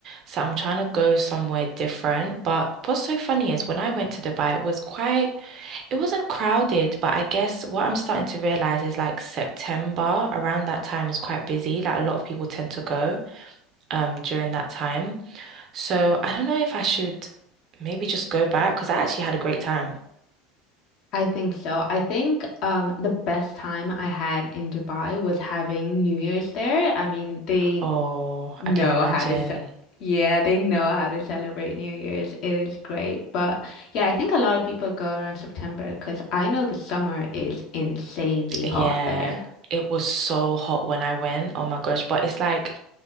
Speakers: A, on the right (about 45°); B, on the left (about 55°).
A: So I'm trying to go somewhere different. But what's so funny is when I went to Dubai, it was quite, it wasn't crowded, but I guess what I'm starting to realize is like September around that time is quite busy. Like a lot of people tend to go um during that time. So I don't know if I should maybe just go back because I actually had a great time.
B: I think so. I think um the best time I had in Dubai was having New Year's there. I mean, they
A: Oh,
B: know
A: I can imagine.
B: how to ce- yeah, they know how to celebrate New Year's. It is great. But yeah, I think a lot of people go around September because I know the summer is insanely
A: Yeah,
B: hot there.
A: it was so hot when I went. Oh my gosh. But it's like,